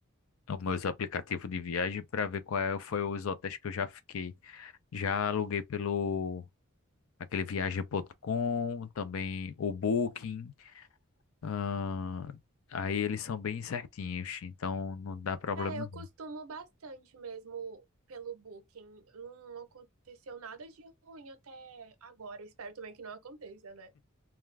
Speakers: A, on the left (about 70°); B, on the right (about 80°).
A: nos meus aplicativos de viagem para ver qual é- foi os hotéis que eu já fiquei. Já aluguei pelo aquele viagem.com, também o Booking. ah, aí eles são bem certinhos, então não dá problema.
B: É, eu costumo bastante mesmo pelo Booking. Não aconteceu nada de ruim até agora. Espero também que não aconteça, né?